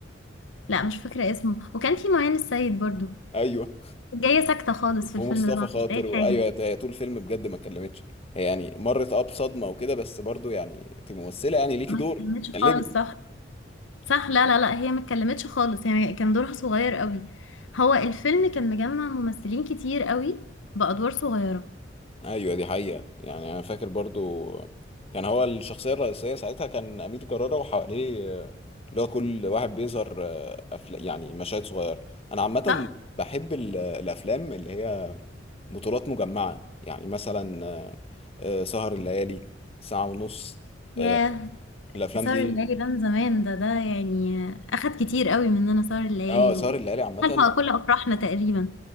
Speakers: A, on the left; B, on the left.
A: لا مش فاكرة اسمه وكان في معين السيد برضو
B: ايوه
A: جاية ساكتة خالص في
B: ومصطفى
A: الفيلم ده ما عملتش
B: خاطر
A: أي
B: وايوه
A: حاجة
B: هي طول الفيلم بجد ما اتكلمتش هي يعني مرت اه بصدمه وكده بس برضو يعني تبقى ممثله يعني ليكي
A: ما
B: دور
A: اتكلمتش خالص
B: قلبي
A: صح صح لا لا لا هي ما اتكلمتش خالص هي كان دورها صغير قوي هو الفيلم كان مجمع ممثلين كتير قوي بأدوار صغيرة
B: ايوه دي حقيقه يعني انا فاكر برضو كان هو الشخصيه الرئيسيه ساعتها كان امير كرارة وحواليه آه، اللي هو كل واحد بيظهر آه، أفلا يعني مشاهد صغيره انا عامه
A: صح
B: بحب ال- الافلام اللي هي بطولات مجمعه يعني مثلا آه، آه، سهر الليالي ساعه ونص
A: ياه
B: آه، الافلام
A: سهر
B: دي
A: الليالي ده من زمان ده ده يعني أخد كتير قوي مننا سهر الليالي
B: اه سهر
A: و
B: الليالي عامه
A: خلف كل أفراحنا تقريبا